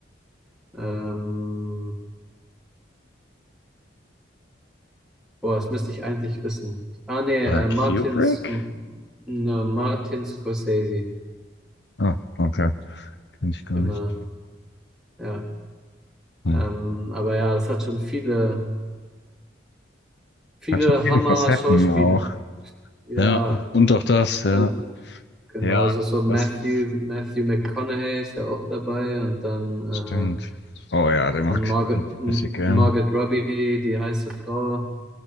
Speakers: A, in the centre; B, on the left (about 65°).
A: Ähm, Boah, das müsste ich eigentlich wissen. Ah, nee,
B: Oder
A: äh,
B: Kubrick?
A: Martins, m- ne, Martin Scorsese.
B: Ah, okay. Kenn ich gar
A: Genau,
B: nicht.
A: ja.
B: Hm.
A: Ähm, aber ja, das hat schon viele, viele
B: Hat schon viele
A: Hammer-Schauspiel.
B: Facetten auch.
A: Ja,
B: Ja, und auch das, ja.
A: äh, genau,
B: Ja,
A: so, so Matthew,
B: das
A: Matthew McConaughey ist ja auch dabei und dann,
B: stimmt.
A: äh,
B: Oh ja, den
A: und
B: mag
A: Margaret,
B: ich richtig
A: M-
B: bisschen gern.
A: Margot Robbie, die heiße Frau.